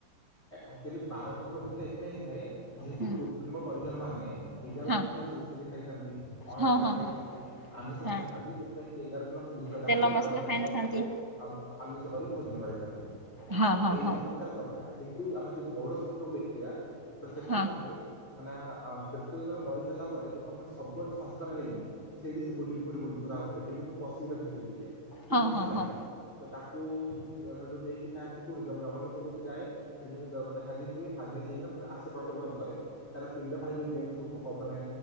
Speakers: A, on the left (about 30°); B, on the right (about 15°).
A: ଆଚୁଆଲି ବାରପତ୍ର ଭୋଜି ଟା ଏଥିପାଇଁ ହେଇଥାଏ ଯେହେତୁ
B: ହୁଁ
A: ପୁ କୁଟୁମ୍ବ ପରିଜନମାନେ ଏଗାର
B: ହଁ
A: ଦିନ ଧରି ସିଜି ସିଯା ଖାଇଥାନ୍ତି ଅଣବଘରା
B: ହଁ ହଁ ହଁ
A: ଖାଇଥାନ୍ତି। ଆମିଷ
B: ହଁ।
A: ଖାଇନଥାନ୍ତି ସେଥିପାଇଁ କି ଏଗାର ଦିନ ସୁଧି ସରିଲ
B: ତେଲ
A: ପରେ
B: ମସଲା
A: ବାର ଦିନ
B: ଖାଇନଥାନ୍ତି।
A: ସମସ୍ତି ଙ୍କୁ ଆମିଷ କରିକି ଭୋଜନ କରିଥାନ୍ତି
B: ହଁ
A: ତ
B: ହଁ
A: ଏଇଟା
B: ହଁ
A: ହଉଛି ତାର ପ୍ରଥା କିନ୍ତୁ ଆମେ ଯ ବଡ ସ କୁ ଦେଖିବା ତ ସେଠି
B: ହଁ
A: କଣ ହୁଏ କାହିଁକି ନା ଆ ପ୍ରେତ ଯେତେ ବେଳେ ମରି ସାରିଲା ପରେ ଯେ ପର୍ଯ୍ୟନ୍ତ ଶବ ସଂସ୍କାର ହେଇନି। ସେଇଠି ସେ ବୁଲି ଘୁରି ବୁଲୁଥାଏ ରା ଉପରେ କେମିତି ମୁଁ ପଶିବି ତା ଭିତରେ ଟିକେ କିନ୍ତୁ
B: ହଁ
A: ପଶିପାରେ
B: ହଁ ହଁ ହଁ।
A: ନା। ତ ତାକୁ ସେଠୁ ନେଇକି ଚାହାନ୍ତି କୋଉଠି ଜମଲୋକକୁ ସେ ଯାଏ ସେଠି ଯାଇକି ମାନେ ହାଜିର ହୁଏ। ହାଜିର ହେଇକି ନା ଆସେ ପ୍ରତିପର୍ତ୍ତନରେ ତାର ପିଣ୍ଡ ଫାଣି ଯୋଉ ଦିଅନ୍ତି ସବୁ। ମାନେ